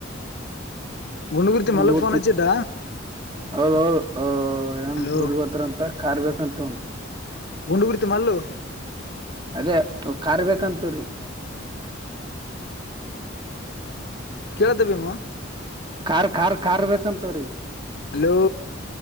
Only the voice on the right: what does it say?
ಗುಂಡೂರು
ತುಂಬ
ಹೌದೌದು ಅ ಏನ್
ಟೂರಿಗ್ ಹೋತ್ತಾರಂತ ಕಾರ್ ಬೇಕಂತ ಅಂದ
ಅದ ಕಾರ್ ಬೇಕಂತವ್ರೀಗ್
ಕಾರ್ ಕಾರ್ ಕಾರ್ ಬೇಕಂತವ್ರೀಗ್